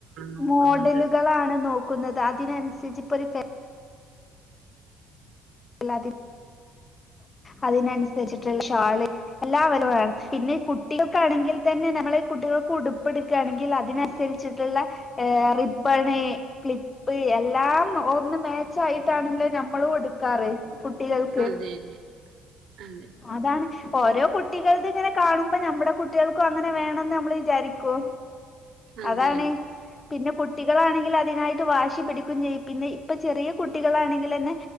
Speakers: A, on the right; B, on the left.
A: നോക്കുന്നത്
B: മോഡലുകളാണ് നോക്ക് ക്കുന്നത് അതിനനുസരിച്ചുപൊരു ഫ <unintelligible> അതിനനുസരിച്ചട്ടില്ല ഷാൾഎല്ലാം അവർവേണം പിന്നെകുട്ടികൾക്ക് ആണെങ്കിൽ തന്നെ നമ്മൾ കുട്ടികൾക്ക് ഉടുപ്പ് എടുക്കാണങ്കിൽ അതിനനുസരിച്ച് ട്ടുള്ള റിബ്ബൻ ക്ലിപ്പ് എല്ലാം ഒന്ന് മാച്ച് ആയിട്ടാണ് നമ്മൾ എടുക്കാറ് കുട്ടികൾക്ക്
A: അതെ അതെ അതെ
B: അതാണ് ഒരോ കുട്ടികൾതുങ്ങനെ കാണുമ്പോനമ്മളെ കുട്ടികൾക്ക് അങ്ങനെ വേണം ന്ന്‌ നമ്മളും വിചാരിക്കും
A: അതെ
B: അതാണ് പിന്നെ കുട്ട് കുട്ടികളാണെങ്കിൽ അതിനായിട്ട് വാശി പിടിക്കും ചെയ്യും പിന്നെ ഇപ്പൊ ചെറിയ കുട്ടികളാണെങ്കിൽ ന്നെ